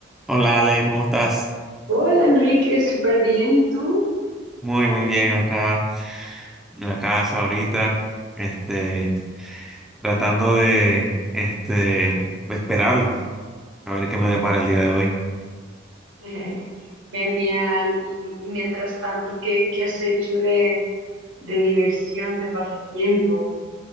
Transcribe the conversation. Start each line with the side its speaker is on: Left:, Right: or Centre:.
Centre: Hola Ale, ¿cómo estás?
Right: Hola Enrique, súper bien. ¿Y tú?
Centre: Muy, muy bien acá en la casa ahorita, este, tratando de, este, esperar a ver qué me depara el día de hoy.
Right: <laughs> Genial. Y, y mientras tanto, ¿qué, qué has hecho de, de diversión, de pasatiempo?